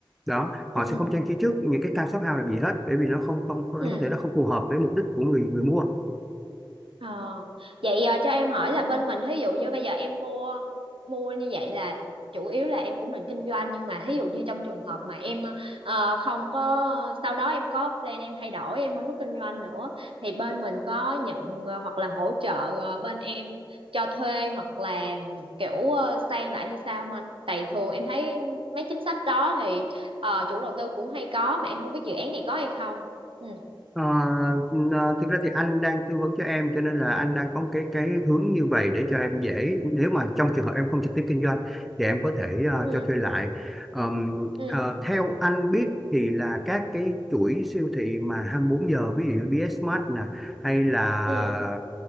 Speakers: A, in the centre; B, on the right.
A: đó họ
B: ừ
A: sẽ không trang trí trước những cái cam shop house làm gì hết bởi vì nó không không nó
B: ừ
A: có thể nó không phù hợp với mục đích của người người mua
B: Ờ. Vậy ờ, cho em hỏi là bên mình thí dụ như bây giờ em mua mua như vậy là chủ yếu là em cũng định kinh doanh nhưng mà thí dụ như trong trường hợp mà em ờ, không có sau đó em có plan em thay đổi em không có kinh doanh nữa thì bên mình có nhận ờ, hoặc là hỗ trợ ờ, bên em cho thuê hoặc là kiểu ờ, sang lại hay sao không anh? Tại thường em thấy mấy chính sách đó thì ờ, chủ đầu tư cũng hay có mà em không biết dự án này có hay không. Ừ.
A: Ờ, n- thực ra thì anh đang tư vấn cho em cho nên là anh đang có một cái cái hướng như vậy để cho em dễ nếu mà trong trường hợp em không trực tiếp kinh doanh thì em có thể ờ,
B: Ừ.
A: cho thuê lại Ờm,
B: Ừ.
A: ờ, theo anh biết thì là các cái chuỗi siêu thị mà hai mươi bốn giờ ví dụ như BSmart nè hay là
B: Ừ.